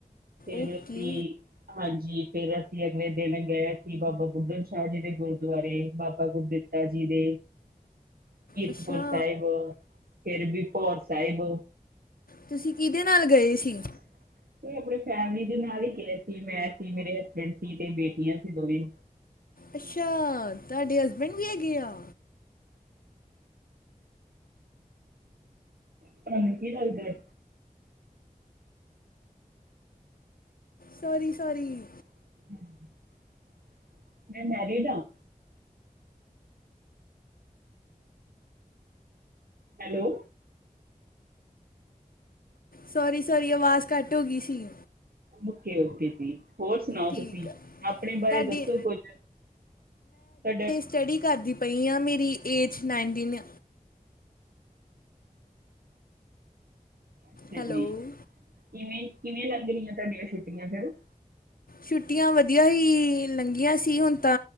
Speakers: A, on the right; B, on the left.
A: ਫੇਰ
B: ਓਕੇ
A: ਅਸੀਂ, ਹਾਂਜੀ ਫੇਰ ਅਸੀਂ ਅਗਲੇ ਦਿਨ ਗਏ। ਬਾਬਾ ਬੁੱਢਨ ਸ਼ਾਹ ਜੀ ਦੇ, ਗੁਰਦੁਆਰੇ ਬਾਬਾ ਗੁਰਦਿੱਤਾ ਜੀ ਦੇ ਕੀਰਤਪੁਰ
B: ਅੱਛਾ
A: ਸਾਹਿਬ ਫਿਰ ਵੀਪੌਰ ਸਾਹਿਬ।
B: ਤੁਸੀਂ ਕਿਹਦੇ ਨਾਲ ਗਏ ਸੀ?
A: <inaudible> ਆਪਣੇ ਫੈਮਿਲੀ ਦੇ ਨਾਲ ਹੀ ਗਏ ਸੀ, ਮੈਂ ਸੀ ਮੇਰੇ ਹਸਬੈਂਡ ਸੀ, ਤੇ ਬੇਟੀਆਂ ਸੀ ਦੋਵੇਂ।
B: ਅੱਛਾ, ਤਾਡੇ ਹਸਬੈਂਡ ਵੀ ਹੈਗੇ ਆ।
A: ਤੁਹਾਨੂੰ ਕੀ ਲੱਗਦਾ?
B: ਸੋਰੀ-ਸੋਰੀ।
A: <inaudible> ਮੈਂ ਮੈਰੀਡ ਹਾ। ਹੈਲੋ।
B: ਸੋਰੀ ਸੋਰੀ ਆਵਾਜ਼ ਘੱਟ ਹੋ ਗਈ ਸੀ।
A: ਓਕੇ ਓਕੇ ਜੀ। ਹੋਰ ਸੁਣਾਓ
B: ਠੀਕ
A: ਤੁਸੀਂ
B: ਆ
A: ਆਪਣੇ ਬਾਰੇ
B: ਤੁਹਾਡੀ
A: ਦੱਸੋ ਕੁੱਝ ਤੁਹਾਡਾ
B: ਸਟਡੀ ਕਰਦੀ ਪਈ ਹਾਂ ਮੇਰੀ ਏਜ ਨਾਈਨਟੀਨ
A: ਅਛਾ
B: ਹੈਲੋ
A: ਜੀ ਕਿਵੇਂ ਕਿਵੇਂ ਲੱਗ ਰਹੀਆਂ ਤੁਹਾਡੀਆਂ ਛੁੱਟੀਆਂ ਫੇਿਰ
B: ਛੁੱਟੀਆਂ ਵਧੀਆ ਹੀ ਲੰਘੀਆਂ ਸੀ ਹੁਣ ਤਾ